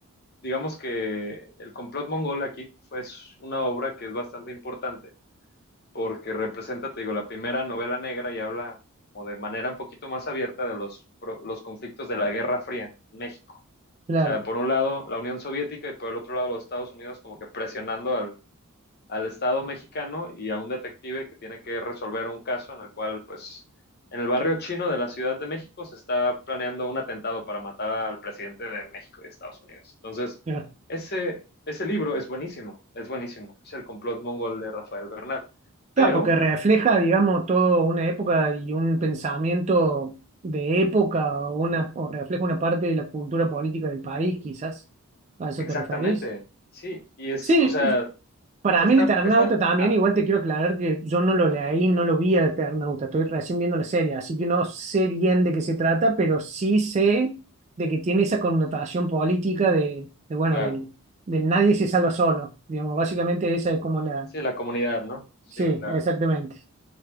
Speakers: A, on the left; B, on the right.
A: digamos que El complot mongol aquí fue es una obra que es bastante importante porque representa, te digo, la primera novela negra y habla o de manera un poquito más abierta de los, los conflictos de la Guerra Fría en México.
B: Claro,
A: O sea, por un lado la Unión Soviética y por el otro lado los Estados Unidos como que presionando al, al Estado mexicano y a un detective que tiene que resolver un caso en el cual, pues, en el barrio chino de la Ciudad de México se está planeando un atentado para matar al presidente de México y de Estados Unidos. Entonces,
B: ya.
A: ese, ese libro es buenísimo, es buenísimo. Es el complot mongol de Rafael Bernal.
B: Está,
A: Pero
B: porque refleja, digamos, toda una época y un pensamiento de época o, una, o refleja una parte de la cultura política del país, quizás. ¿A eso
A: Exactamente,
B: te referís?
A: sí, y es,
B: Sí,
A: o sea,
B: yo- para
A: está,
B: mí el Eternauta
A: está,
B: también,
A: ah,
B: igual te quiero aclarar que yo no lo leí, no lo vi al Eternauta, estoy recién viendo la serie, así que no sé bien de qué se trata, pero sí sé de que tiene esa connotación política de, de, bueno,
A: claro,
B: del, del nadie se salva solo, digamos, básicamente esa es como la...
A: sí, la comunidad, ¿no? Sí,
B: Sí,
A: claro.
B: exactamente,